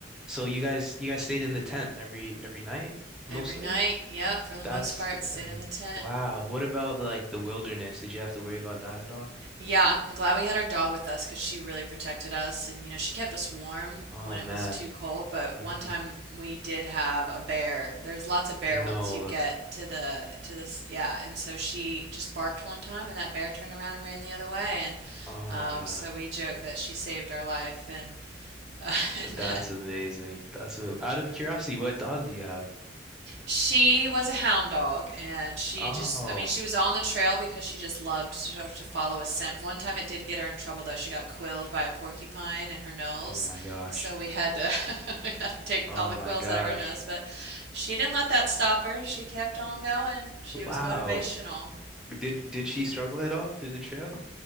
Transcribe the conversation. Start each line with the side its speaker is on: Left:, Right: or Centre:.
Centre: So you guys you guys stayed in the tent every every night mostly?
Right: Every night, yep, for the
Centre: That's
Right: most part, stayed
Centre: um,
Right: in the tent.
Centre: wow. What about like the wilderness? Did you have to worry about that at all?
Right: Yeah, I'm glad we had our dog with us because she really protected us. And, you know, she kept us warm
Centre: Oh
Right: when
Centre: man.
Right: it was too cold. But
Centre: Mhm.
Right: one time we did have a bear. There's lots of bear once
Centre: No.
Right: you get to the, to this. Yeah. And so she just barked one time and that bear turned around and ran the other way. And
Centre: Oh
Right: um,
Centre: my God.
Right: so we joke that she saved our life. And, uh, <laughs> and
Centre: That's
Right: that,
Centre: amazing. That's a, out of curiosity, what dog do you have?
Right: She was a hound dog, and she
Centre: Oh.
Right: just, I mean, she was on the trail because she just loved to, to follow a scent. One time it did get her in trouble, though. She got quilled by a porcupine in her nose.
Centre: Oh my gosh.
Right: So we had to <laughs> we had to take
Centre: Oh
Right: all
Centre: my
Right: the quills
Centre: gosh.
Right: out of her nose, but she didn't let that stop her. She kept on going. She
Centre: Wow.
Right: was motivational.
Centre: Did did she struggle at all through the trail?